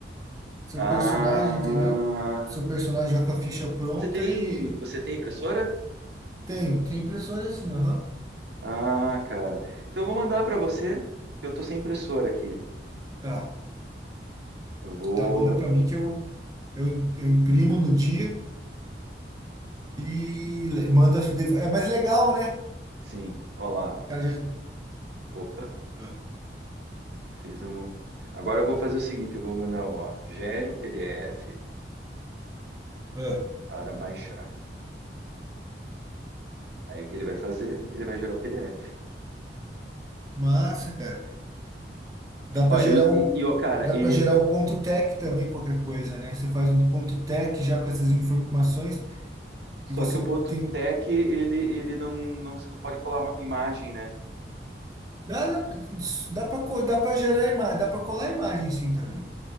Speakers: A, on the right; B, on the right.
A: seu
B: Ah,
A: personagem, entendeu? Seu personagem já com a ficha pronta
B: você tem,
A: e
B: você tem impressora?
A: tenho, tem impressora assim, aham.
B: Ah, cara. Então eu vou mandar para você. que Eu tô sem impressora aqui.
A: Tá,
B: Eu vou,
A: tá, manda para mim que eu, eu, im- eu imprimo no dia e le- manda. É mais legal, né? O
B: sim. Olá, ó, cara.
A: cara já.
B: Opa.
A: Ah,
B: Aqui fez um. Agora eu vou fazer o seguinte, eu vou mandar, ó, gere o PDF
A: ah.
B: para baixar. Aí o que ele vai fazer? Ele vai gerar o PDF.
A: Massa, cara. Dá
B: Ó,
A: para
B: ele
A: gerar
B: usa,
A: o,
B: e, e, ó, cara,
A: dá
B: ele
A: para gerar o ponto tech também, qualquer coisa, né? Você faz um ponto tech já com essas informações
B: só
A: e você
B: que o ponto
A: tem.
B: .tec ele ele não não você não pode colar uma imagem, né?
A: Dá, dá para dá para gerar imagem, dá para colar imagem sim também